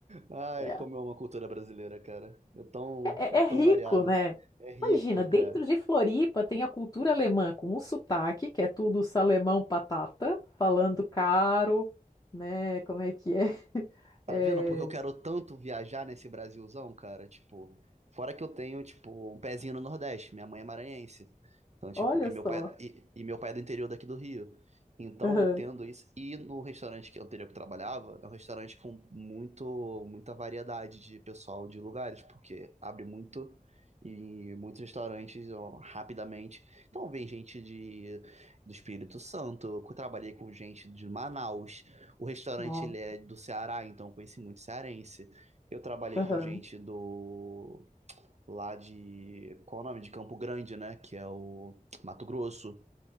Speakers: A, on the right (about 50°); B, on the left (about 30°).
A: Ai,
B: É,
A: como é uma cultura brasileira, cara. É tão,
B: é,
A: é tão
B: é rico,
A: variada.
B: né?
A: É rico,
B: Imagina, dentro
A: cara.
B: de Floripa tem a cultura alemã com o sotaque, que é tudo salemão patata, falando caro, né? Como é que é? <laughs>
A: Tá
B: É,
A: vendo? Porque eu quero tanto viajar nesse Brasilzão, cara. Tipo, fora que eu tenho, tipo, um pezinho no Nordeste. Minha mãe é maranhense. Então, tipo,
B: olha
A: e meu
B: só.
A: pai, e, e meu pai é do interior daqui do Rio. Então,
B: Aham.
A: eu tendo isso. E no restaurante que anterior que eu trabalhava, é um restaurante com muito, muita variedade de pessoal de lugares, porque abre muito e muitos restaurantes ó, rapidamente. Então, vem gente de, do Espírito Santo. Eu trabalhei com gente de Manaus. O restaurante
B: Nossa,
A: ele é do Ceará, então eu conheci muito cearense. Eu trabalhei
B: aham.
A: com gente do lá de qual é o nome? De Campo Grande, né? Que é o Mato Grosso.